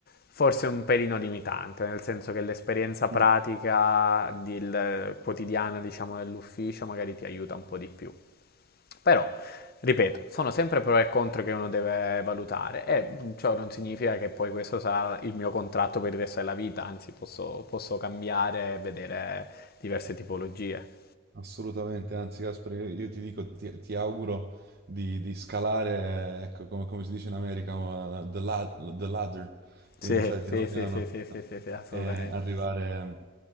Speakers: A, on the left; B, on the right.
A: forse un pelino limitante, nel senso che l'esperienza pratica
B: Mm.
A: del- quotidiana, diciamo, dell'ufficio magari ti aiuta un po' di più. Però, ripeto, sono sempre pro e contro che uno deve valutare e ciò non significa che poi questo sarà il mio contratto per il resto della vita, anzi posso, posso cambiare e vedere diverse tipologie.
B: Assolutamente, anzi Casper, io, io ti dico, ti, ti auguro di, di scalare, ecco, come, come si dice in America, uh, the lad- the ladder,
A: Sì,
B: quindi sai, piano
A: sì,
B: piano,
A: sì, sì, sì, sì, sì, sì, assolutamente.
B: eh, arrivare,